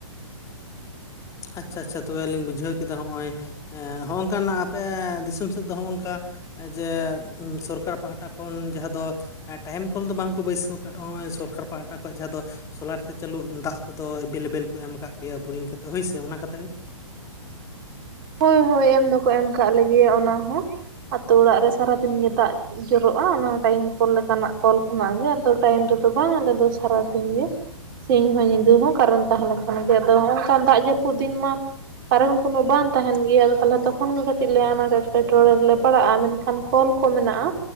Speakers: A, on the left (about 20°); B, on the right (about 40°).
A: ᱟᱪᱪᱷᱟ ᱟᱪᱪᱷᱟ ᱛᱚᱵᱮ ᱟᱹᱞᱤᱧ ᱵᱩᱡᱷᱟᱹᱣ ᱠᱮᱫᱟ ᱱᱚᱜᱚᱭ ᱦᱚᱸᱜᱚᱝᱠᱟ ᱱᱟᱜ ᱟᱯᱮ ᱫᱤᱥᱚᱢ ᱥᱮᱫ ᱫᱚ ᱱᱚᱜᱚᱱᱠᱟ ᱮ ᱡᱮ ᱥᱚᱨᱠᱟᱨ ᱯᱟᱦᱴᱟ ᱠᱷᱚᱱ ᱡᱟᱦᱟᱸ ᱫᱚ ᱮ ᱴᱟᱭᱤᱢ ᱠᱚᱞ ᱫᱚ ᱵᱟᱝᱠᱚ ᱵᱟᱹᱭᱥᱟᱹᱣ ᱠᱟᱫ ᱨᱮᱦᱚ ᱥᱚᱨᱠᱟᱨ ᱯᱟᱦᱴᱟ ᱠᱷᱚᱡ ᱡᱟᱦᱟᱸ ᱫᱚ ᱥᱳᱞᱟᱨ ᱛᱮ ᱪᱟᱹᱞᱩ ᱫᱟᱜ ᱠᱚᱫᱚ ᱮᱵᱮᱞᱮᱵᱮᱞ ᱠᱚ ᱮᱢ ᱠᱟᱜ ᱯᱮᱭᱟ ᱵᱩᱨᱤᱝ ᱠᱟᱛᱮᱜ ᱦᱳᱭᱥᱮ ᱚᱱᱟ ᱠᱟᱛᱷᱟ ᱜᱮ
B: ᱦᱳᱭ ᱦᱳᱭ ᱮᱢ ᱫᱚᱠᱚ ᱮᱢ ᱠᱟᱜ ᱞᱮᱜᱮᱭᱟ ᱚᱱᱟ ᱦᱚᱸ ᱟᱛᱳ ᱚᱲᱟᱜ ᱨᱮ ᱥᱟᱨᱟ ᱫᱤᱱ ᱜᱮ ᱫᱟᱜ ᱡᱚᱨᱚᱜ-ᱟ ᱚᱱᱟ ᱴᱟᱭᱤᱢ ᱠᱚᱞ ᱞᱮᱠᱟᱱᱟᱜ ᱠᱚᱞ ᱠᱷᱚᱱᱟᱜ ᱜᱮ ᱟᱫᱚ ᱴᱟᱭᱤᱢ ᱨᱮᱫᱚ ᱵᱟᱝ ᱟᱞᱮ ᱫᱚ ᱥᱟᱨᱟᱫᱤᱱ ᱜᱮ ᱥᱤᱧ ᱦᱚᱸ ᱧᱤᱫᱟᱹ ᱦᱚᱸ ᱠᱟᱨᱮᱱᱴ ᱛᱟᱦᱮᱸ ᱞᱮᱱᱠᱷᱟᱱ ᱜᱮ ᱟᱫᱟ ᱱᱚᱜ ᱠᱟᱱ ᱫᱟᱜ ᱡᱟᱹᱯᱩᱫ ᱫᱤᱱ ᱢᱟ ᱠᱟᱨᱚᱱ ᱠᱚᱱᱚ ᱵᱟᱝ ᱛᱟᱦᱮᱱ ᱜᱮᱭᱟ ᱛᱟᱦᱞᱮ ᱛᱚᱠᱷᱚᱱ ᱜᱮ ᱠᱟᱹᱴᱤᱡ ᱞᱮ ᱟᱱᱟᱴ ᱮᱴᱠᱮᱴᱚᱬᱮ ᱨᱮᱞᱮ ᱯᱟᱲᱟᱜ-ᱟ ᱢᱮᱱᱠᱷᱟᱱ ᱠᱚᱞ ᱠᱚ ᱢᱮᱱᱟᱜ-ᱟ